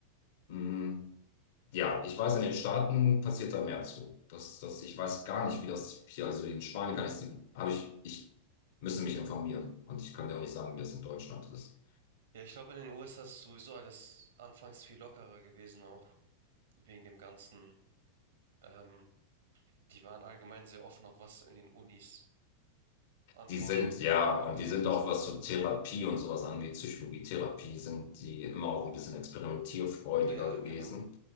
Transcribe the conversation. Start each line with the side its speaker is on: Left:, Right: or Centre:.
Left: Mm, Ja, ich weiß, in den Staaten passiert da mehr zu. Das, das, ich weiß gar nicht, wie das hier, also in Spanien kann ich, habe ich, ich müsste mich informieren. Und ich kann dir auch nicht sagen, wie das in Deutschland ist.
Right: Ja, ich glaube, in den USA ist sowieso alles anfangs viel lockerer gewesen, auch wegen dem Ganzen. Ähm, die waren allgemein sehr offen, auch was in den Unis an
Left: Die
Right: Forschung
Left: sind, ja,
Right: angeht
Left: und die sind
Right: und
Left: auch,
Right: sowas.
Left: was so Therapie und sowas angeht, Psychologietherapie, sind die immer auch ein bisschen experimentierfreudiger
Right: Ja,
Left: gewesen,
Right: genau.